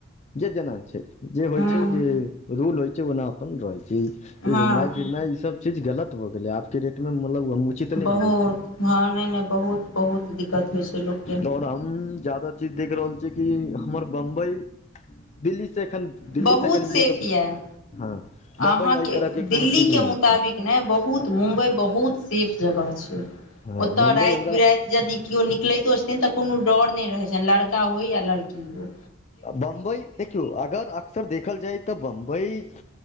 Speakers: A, on the left; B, on the left.
A: जे जेना छै जे होइ
B: हँ
A: छै जे रूल होइ छै ओना अपन रहै छै
B: हँ
A: जे
B: हँ
A: घुमनाइ फिरनाइ ई सब चीज गलत भ गेलै आबके रेट मे मतलब चितने
B: बहुत
A: बुझै छै
B: हँ नहि नहि बहुत बहुत दिक्कत होइ छै लोकके
A: तऽर हम जाद <unintelligible> चीज देख रहल छी कि हमर बम्बई दिल्ली से एखन दिल्ली
B: बहुत
A: से कनि
B: सेफ
A: बुझियौ तऽ
B: यऽ
A: हँ बम्बइमे
B: अहाँके
A: एहि तरहके
B: दिल्ली
A: कोनो चीज
B: के
A: नहि
B: मुताबिक
A: होतै
B: किनय बहुत मुबई बहुत सेफ जगह छै
A: हँ
B: ओतय
A: मुम्बइ
B: रायत
A: हमरा
B: बिरायत जदि केओ निकलैतो छथिन तऽ कोनो डर नहि रहै छनि लड़का होय या लड़की होय
A: बम्बई देखियौ अगर अक्सर देखल जाय त बम्बई